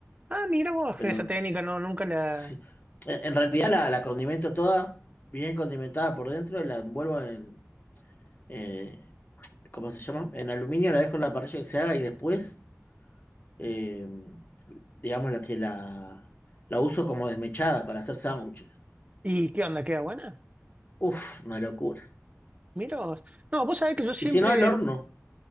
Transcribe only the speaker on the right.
Ah, mira vos,
esa técnica no, nunca la...
¿Y qué onda? ¿Queda buena?
Mira vos. No, vos sabés que yo siempre
el-